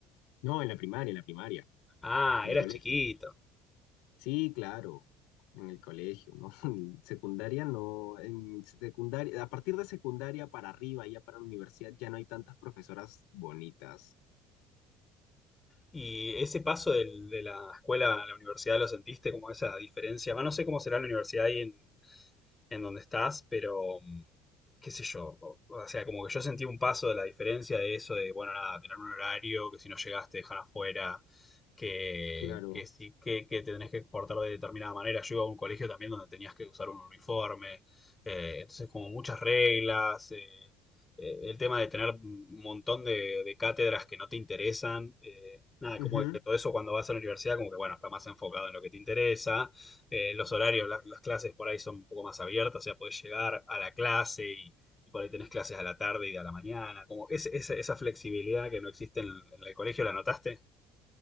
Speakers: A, on the left (about 85°); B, on the left (about 15°).
A: No, en la primaria, en la primaria,
B: Ah,
A: en
B: eras
A: el colegio.
B: chiquito.
A: Sí, claro, en el colegio, ¿no? <laughs> En secundaria no, en secundaria, a partir de secundaria para arriba, ya para la universidad, ya no hay tantas profesoras bonitas.
B: Y ese paso del- de la escuela a la universidad lo sentiste como esa diferencia. Va, no sé cómo será la universidad ahí en, en donde estás, pero mm, qué sé yo, o, o sea, como que yo sentí un paso de la diferencia de eso de, bueno, nada, tener un horario, que si no llegaste te dejan afuera, que,
A: Claro.
B: que sí, que, que te tenés que portar de determinada manera. Yo iba a un colegio también donde tenías que usar un uniforme, eh, entonces como muchas reglas, eh, eh, el tema de tener un montón de, de cátedras que no te interesan, eh, nada,
A: Ujú.
B: como que todo eso cuando vas a la universidad, como que bueno, está más enfocado en lo que te interesa eh, los horarios, la- las clases por ahí son un poco más abiertas, o sea, podés llegar a la clase y, y por ahí tenés clases a la tarde y a la mañana. Como ese- ese- esa flexibilidad que no existe en, el- en el colegio, ¿la notaste?